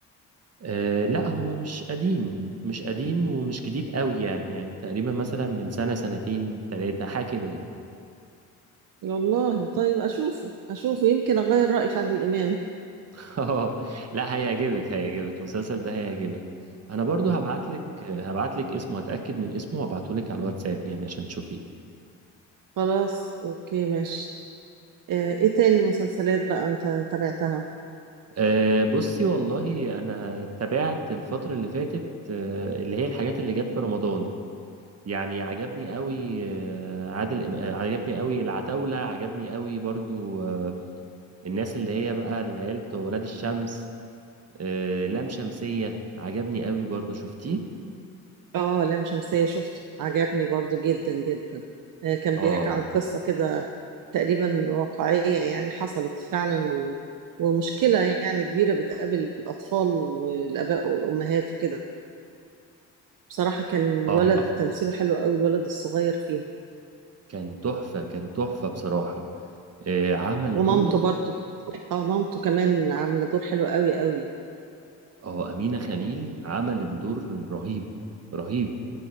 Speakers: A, on the right; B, on the right.
A: أه لا هو مش قديم مش قديم ومش جديد قوي يعني يعني تقريبا مثلا من سنة سنتين تلاتة حاجة كده يعني
B: والله طيب اشوفه اشوفه يمكن اغير رايي في عادل امام
A: <laughs> اه لا هيعجبك هيعجبك المسلسل ده هيعجبك انا برضو هبعت لك هبعت لك اسمه هتأكد من اسمه وابعته لك على الواتساب يعني عشان تشوفيه
B: خلاص اوكي ماشي آه، ايه تاني مسلسلات بقى انت تابعتها
A: أه بصي والله انا تابعت الفترة اللي فاتت أه اللي هي الحاجات اللي جت في رمضان يعني عجبني قوي آه، عادل إم- آه، عجبني قوي العتاولة عجبني قوي برضو آه، الناس اللي هي بقى العيال بتوع ولاد الشمس آه، لام شمسية عجبني قوي برضو شفتيه
B: اه لام شمسية شفته عجبني برضو جدا جدا آه، كان
A: اه
B: بيحكي عن قصة كده تقريبا واقعية يعني حصلت فعلا و... ومشكلة يعني كبيرة بتقابل الأطفال والآباء والأمهات وكده بصراحة كان الولد
A: اه كان تحفة
B: تمثيله حلو قوي الولد الصغير فيه
A: كان تحفة كان تحفة بصراحة آه، عمل
B: ومامته
A: دور
B: برضو اه مامته كمان عاملة دور حلو قوي قوي
A: اه أمينة خليل عملت دور رهيب رهيب